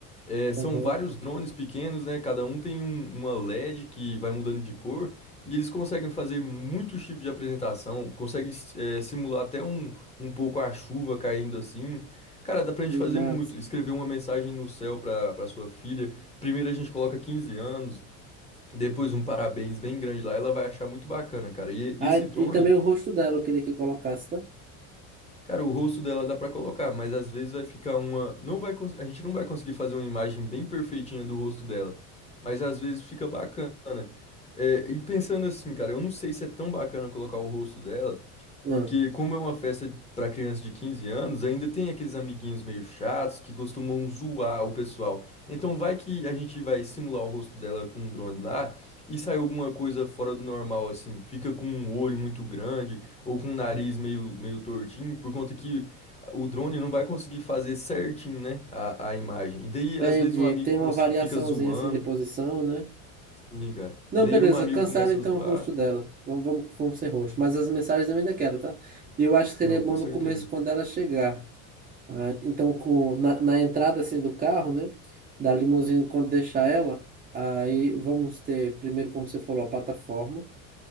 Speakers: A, on the left (about 15°); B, on the right (about 20°).
A: É,
B: Uhum.
A: são vários drones pequenos, né? Cada um tem um- uma LED que vai mudando de cor e eles conseguem fazer muitos tipos de apresentação, conseguem, é, simular até um, um pouco a chuva caindo assim. Cara, dá pra gente
B: E,
A: fazer
B: mas...
A: muito. Escrever uma mensagem no céu pra, pra sua filha. Primeiro a gente coloca 15 anos, depois um parabéns bem grande lá, ela vai achar muito bacana, cara. E, e
B: Ah,
A: esse
B: e
A: drone,
B: e também o rosto dela eu queria que colocasse, tá?
A: cara, o rosto dela dá pra colocar, mas às vezes vai ficar uma, não vai, cons- a gente não vai conseguir fazer uma imagem bem perfeitinha do rosto dela, mas às vezes fica bacana. É, e pensando assim, cara, eu não sei se é tão bacana colocar o rosto dela, porque
B: Ah,
A: como é uma festa pra criança de 15 anos, ainda tem aqueles amiguinhos meio chatos que costumam zoar o pessoal. Então vai que a gente vai simular o rosto dela com um drone lá. E sai alguma coisa fora do normal, assim? Fica com um olho muito grande ou com um nariz meio, meio tortinho, por conta que o drone não vai conseguir fazer certinho, né? A, a imagem. E daí,
B: entendi.
A: às vezes, um amigo
B: Tem
A: cons-
B: uma variaçãozinha
A: fica zoando.
B: assim de posição, né?
A: Sim, cara.
B: Não,
A: E daí,
B: beleza.
A: um amigo
B: Cancela
A: começa
B: então
A: a zoar.
B: o rosto dela. Vamos, vamos, vamos sem rosto. Mas as mensagens eu ainda quero, tá? E eu acho que seria
A: Não,
B: bom
A: com certeza.
B: no começo, quando ela chegar. Ah, então, com, na, na entrada assim do carro, né? Da limusine, quando deixar ela, aí vamos ter, primeiro, como você falou, a plataforma,